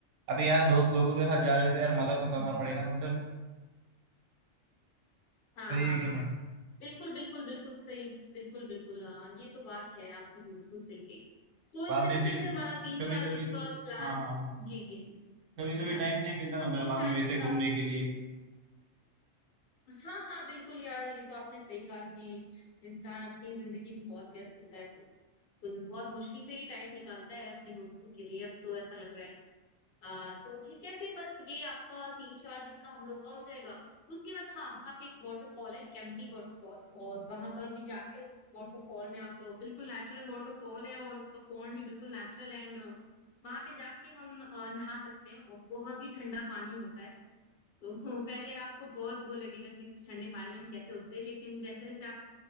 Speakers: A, on the right; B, on the left.
A: अभी यार दोस्त लोगों के साथ जा रहे हो तो यार मजा तो करना
B: हो
A: पड़ेगा ना उधर
B: हाँ
A: सही
B: हाँ हाँ
A: है कि नहीं
B: हाँ बिल्कुल बिल्कुल बिल्कुल सही बिल्कुल बिल्कुल अ, ये तो बात है आपने बिल्कुल सही कही तो
A: बाद
B: इस तरीके
A: में फिर
B: से हमारा तीन
A: कभी
B: चार
A: कभी
B: दिन
A: तो
B: का प्लान
A: हाँ हाँ
B: जी जी जी
A: कभी कभी
B: हाँ
A: टाइम नहीं मिलता ना
B: तीन
A: बाद
B: चार
A: में वैसे
B: दिन
A: घूमने
B: का
A: के लिए
B: हाँ हाँ बिल्कुल यार ये तो आपने सही कहा कि इंसान अपनी जिंदगी में बहुत व्यस्त होता है तो बिल्कुल, बहुत मुश्किल से ही टाइम निकालता है अपने दोस्तों के लिए अब तो ऐसा लग रहा है आ, तो ठीक है फिर बस ये आपका तीन चार दिन का हम लोग का हो जाएगा उसके बाद हाँ वहाँ पे एक वाटरफॉल है केम्प्टी वाटरफॉल और वहां पर भी जाके उस वाटरफॉल में आप बिल्कुल नेचुरल वाटरफॉल है और उसका पॉन्ड भी बिल्कुल नेचुरल एंड वहां पे जाके हम अ, नहा सकते हैं और बहुत ही ठंडा पानी होता है तो <laughs> पहले आपको बहुत वो लगेगा कि इस ठंडे पानी में हम कैसे उतरे लेकिन जैसे जैसे आप